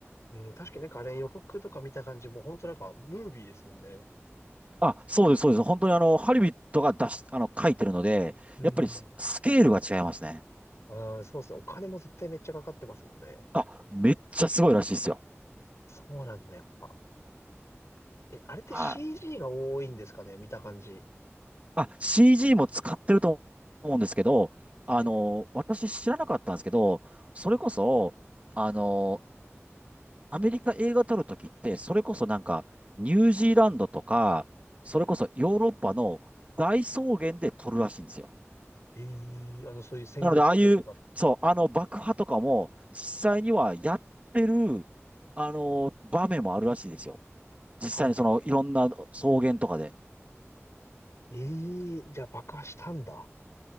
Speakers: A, on the left (about 70°); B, on the right (about 30°).
A: うん、確かになんかあれ予告とか見た感じ、もう本当なんかムービーですもんね。
B: あ、そうです、そうです。本当にあの、ハリビットが出し、あの、書いてるので、
A: うん、
B: やっぱりス、スケールが違いますね。
A: ああそうですね、お金も絶対めっちゃかかってますもんね。
B: あ、めっちゃすごいらしいですよ。
A: そうなんだ、やっぱ。え、あれって
B: はい。
A: CG が多いんですかね見た感じ。
B: あ、CG も使ってると思うんですけど、あの、
A: はい。
B: 私知らなかったんですけど、それこそ、あの、アメリカ映画撮るときって、それこそなんか、ニュージーランドとか、それこそヨーロッパの大草原で撮るらしいんですよ。
A: はい。ええあの、そういう戦国系とか。
B: なので、ああいう、そう、あの爆破とかも、実際にはやってる、あの、場面もあるらしいですよ。実際にその、
A: はいはいはいは
B: いろんな草原とかで。
A: い。ええじゃあ爆破したんだ。